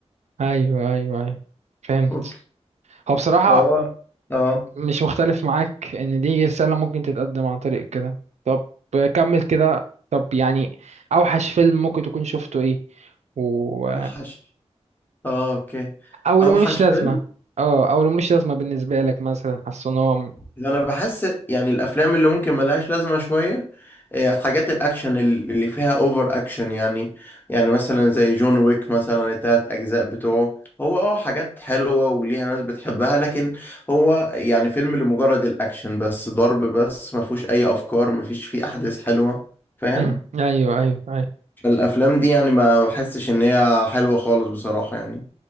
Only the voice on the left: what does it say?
اوكي
فهو اه
اوحش اه اوكي
اوحش
فيلم
انا بحس يعني الافلام اللي ممكن ملهاش لازمه شويه آه، حاجات الاكشن ال- اللي فيها اوفر اكشن يعني يعني مثلا زي جون ويك مثلا التلات اجزاء بتوعه هو اه حاجات حلوه وليها ناس بتحبها لكن هو يعني فيلم لمجرد الاكشن بس ضرب بس ما فيهوش اي افكار ما فيش فيه احداث حلوه فاهم
الافلام دي يعني ما بحسش ان هي حلوه خالص بصراحه يعني